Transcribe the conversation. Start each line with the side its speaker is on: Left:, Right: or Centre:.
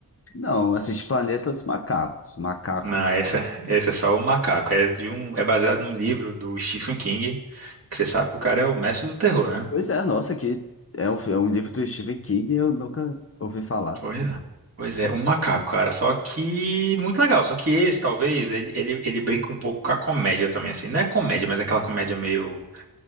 Left: Não, assisti Planeta dos Macacos. Macaco.
Right: Não, essa, essa é só o macaco. É de um, é baseado num livro do Stephen King, que você sabe que o cara é o mestre do terror, né?
Left: Pois é, nossa, que é um, é um livro do Stephen King eu nunca ouvi falar.
Right: Pois é. Pois é, um macaco, cara. Só que muito legal. Só que esse, talvez, ele, ele, ele brinca um pouco com a comédia também, assim. Não é comédia, mas é aquela comédia meio,